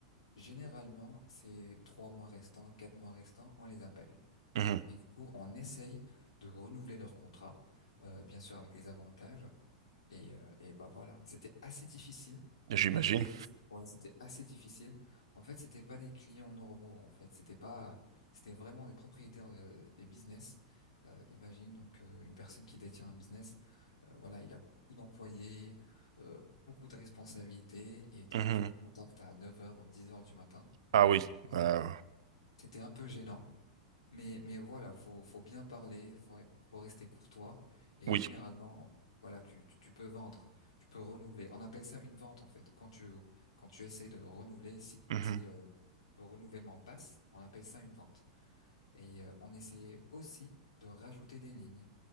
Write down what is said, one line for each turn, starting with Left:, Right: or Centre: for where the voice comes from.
Left: généralement, ces trois mois restants, quatre mois restants, on les appelle.
Right: Mhm.
Left: Et du coup, on essaye de renouveler leur contrat, euh, bien sûr avec les avantages. Et, euh, et bah voilà, c'était assez difficile
Right: J'imagine.
Left: pour pas de café. Ouais, c'était assez difficile. En fait, c'était pas des clients normaux. En fait, c'était pas, c'était vraiment des propriétaires de, des business. Euh, imagine donc euh, une personne qui détient un business. euh, voilà, il a beaucoup d'employés, euh, beaucoup de responsabilités. Et toi,
Right: Mhm.
Left: tu le contactes à neuf heures ou dix heures du matin.
Right: Ah oui,
Left: Voilà,
Right: euh,
Left: c'était un peu gênant. Mais, mais voilà, faut, faut bien parler, faut être, faut rester courtois. Et
Right: oui.
Left: généralement, voilà, tu, tu, tu peux vendre, tu peux renouveler. On appelle ça une vente, en fait. Quand tu, quand tu essayes de renouveler, si,
Right: Mhm.
Left: si, euh, le renouvellement passe, on appelle ça une vente. Et euh, on essayait aussi de rajouter des lignes.